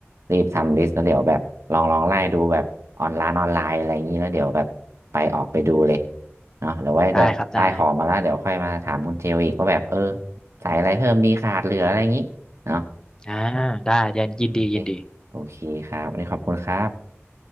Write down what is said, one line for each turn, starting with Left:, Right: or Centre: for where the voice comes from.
Right: รีบทำลิสต์แล้วเดี๋ยวแบบลองลองไล่ดูแบบออนไลน์ออนไลน์อะไรอย่างนี้แล้วเดี๋ยวแบบไปออกไปดูเลยเนาะเดี๋ยวไว้แบบได้ของมาแล้วเดี๋ยวค่อยมาถามคุณเจลอีกว่าแบบเออ
Left: ได้ครับได้
Right: ใส่อะไรเพิ่มดีขาดเหลืออะไรอย่างนี้เนาะ
Left: อ่าได้ยันยินดียินดี
Right: โอเคโอเคครับวันนี้ขอบคุณครับ